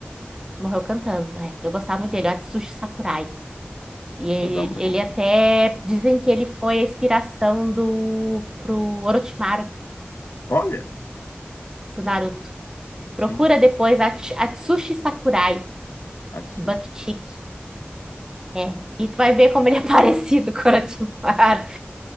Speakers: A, on the right; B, on the left.
A: Morreu cantando, é. Eu gostava muito dele, o Atsushi Sakurai. E ele,
B: Vou dar uma
A: ele
B: olhada.
A: até
B: aqui.
A: dizem que ele foi a inspiração do pro Orochimaru
B: Olha,
A: do Naruto.
B: sim.
A: Procura depois Ats- Atsushi Sakurai,
B: Atsushi.
A: Buckchick. É, e tu vai ver como ele é <laughs> parecido com o Orochimaru.